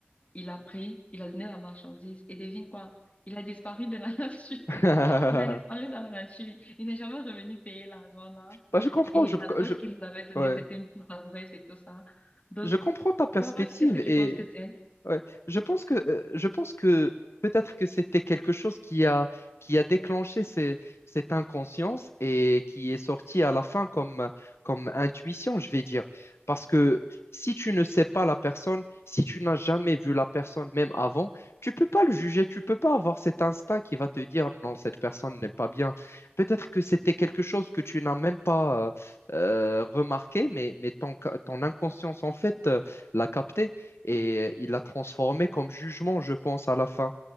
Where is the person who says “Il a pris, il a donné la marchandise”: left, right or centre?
Left